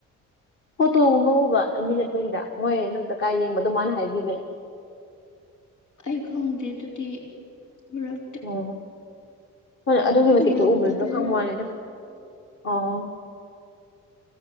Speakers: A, on the left; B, on the left.
A: ꯐꯣꯇꯣꯒꯨꯝꯕ ꯎꯕ ꯂꯝꯕꯤꯗ ꯑꯩꯈꯣꯏꯒꯤꯗ ꯃꯣꯏ ꯑꯗꯨ ꯂꯩꯀꯥꯏ ꯌꯦꯡꯕꯗꯣ ꯃꯥꯅ ꯍꯥꯏꯕꯤꯕ
B: ꯑꯩ ꯈꯪꯗꯦ ꯑꯗꯨꯗꯤ ꯄꯨꯔꯛ
A: ꯑꯣ ꯍꯣꯏ ꯑꯗꯨꯒꯤ ꯃꯇꯤꯛꯇꯣ
B: ꯌꯧꯗꯕꯩꯔꯥ
A: ꯎꯕꯗꯨꯗ ꯈꯪꯕꯋꯥꯅꯤꯗ ꯑꯣ